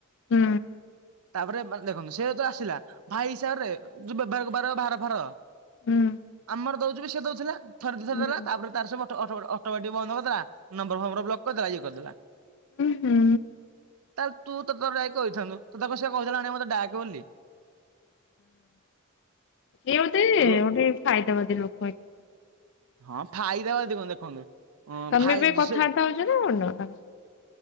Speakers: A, on the left (about 55°); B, on the right (about 85°).
A: ହୁଁ
B: ତାପରେ ମାନେ ଦେଖନ୍ତୁ ସେ ତ ଆସିଲା। ଭାଇ ହିସାବରେ ଯୋଉ ବେଭାର ହେବାର ଭାର ଫାର
A: ହୁଁ।
B: ଆମର ଦଉଛୁ ବି ସେ ଦଉଥିଲାଥ ଥରେ ଦି ଥର
A: ହୁଁ।
B: ଦେଲା ତାପରେ ତାର ସେ ବ ଅଟୋ ମେଟିକ୍ ବନ୍ଦ କରିଦେଲା ନମ୍ବର ଫର ବ୍ଲକ କରିଦେଲା ଇଏ କରିଦେଲା।
A: ହୁଁ ହୁଁ।
B: ତାହେଲେ ତୁ ତୋତର ଯାଇକି କହିଥାନ୍ତୁ ତୋତେ କହିଥିଲା ସେ କହିଥିଲା ଆଣି ମତେ ଡାକେ ବୋଲି।
A: ଏଇ ଏଗୋଟେ
B: ଲୋ
A: ଗୋଟେ ଫାଇଦାବାଦୀ ଲୋକ ଏଠେ
B: ହଁ ଫାଇଦାବାଦି ଦେଖନ୍ତୁ। ହଁ
A: ତମେ
B: ଫାଇ
A: ବି କଥାବାର୍ତ୍ତା
B: ସେ
A: ହଉଛ ନା ହଉନ ତାଙ୍କ ସାଙ୍ଗରେ?